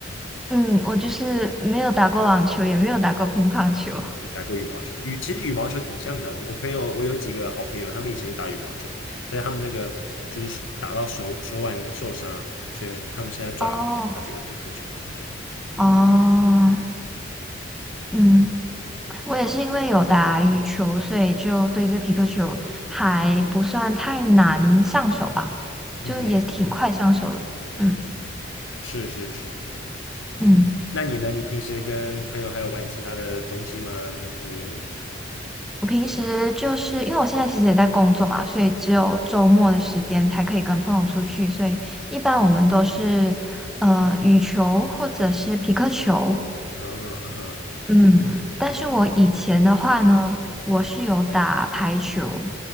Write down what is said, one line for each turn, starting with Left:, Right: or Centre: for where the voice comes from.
Centre: 嗯，我就是没有打过网球，也没有打过乒乓球。
Left: 你打过羽毛球？羽其实羽毛球挺像的。我我朋友我有几个好朋友，他们以前是打羽毛球，但是他们那个就是打到手手腕有点受伤，所以他们现在转来打这个皮克球。
Centre: 哦
Left: 对，
Centre: 哦，嗯，
Left: 对呀
Centre: 我也是因为有打羽球，所以就对这皮克球还不算太难上手吧，
Left: 嗯哼，
Centre: 就也挺快上手的。嗯
Left: 是是是是，
Centre: 嗯，
Left: 那你呢？你平时跟朋友还有玩其他的东西吗？或是，
Centre: 我平时就是因为我现在其实也在工作嘛，所以只有周末的时间才可以跟朋友出去，所以一般我们都是呃羽球或者是皮克球。
Left: 嗯嗯哼，
Centre: 嗯，
Left: 了解，
Centre: 但是我以前的话呢，我是有打排球，